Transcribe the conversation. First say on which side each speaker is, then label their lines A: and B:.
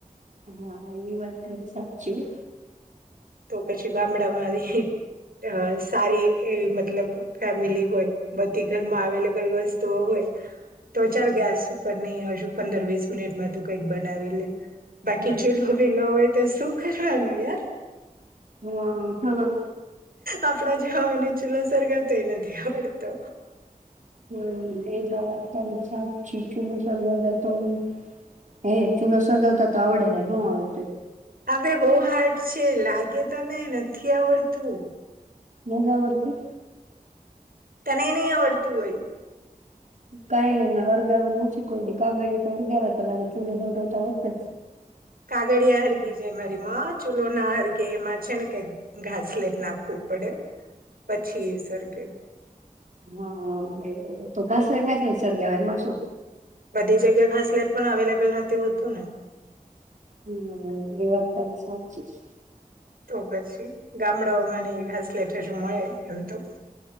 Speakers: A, on the right (about 55°); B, on the right (about 85°).
A: હા, એ વાત તારી સાચી, હો
B: તો પછી ગામડામાં રેહી ત સારી એવી મતલબ ફેમિલી હોય, બધી ઘરમાં અવેલેબલ વસ્તુઓ હોય, તો ચાલ ગેસ ઉપર નહી હજુ પંદર વીસ મિનિટમાં તું કઈક બનાવી લે બાકી
A: હમ
B: ચૂલહો બિલો હોય તો શું કરવાનું યાર
A: હા.
B: આપડા જેવાઓને ચૂલો સરગવતાય નથી આવડતો.
A: હમ્મ એ વાત તારી સાચી, ચૂલો સરગવતા તો ઉ, હે ચૂલો સરગવતા તો આવડે હે હું અવેતું
B: અવે બૌ હાર્ડ છે, લાગે તને નથી આવડતું
A: નથ આવડાતું
B: તને નઈ આવડતું હોય.
A: કઈ નઈ ના હરગાવ નું ઓછુ કોઈદિ, કાગળીયાતો હરગવ્યાતા લાગે, ચૂલો હરગાવતા આવડ તેજ
B: કાગળિયા હરગી જાય મારી માં, ચૂલો ના હરગે, એમાં છે ને કઈ ઘાસલેટ નાખવું પડે, પછી સરગે
A: હા, એ એતો ઘાસલેટ નાખીને સરગાવાય એમાં શું
B: બધી જગ્યા ઘાસલેટ પણ અવેલેબલ નથી હોતું ને
A: હમ્મ, એ વાત તારી સાચ્ચીજ
B: તો પછી ગામડાઓમાં ને ઘાસલેઠ હજુ મળે એમ તો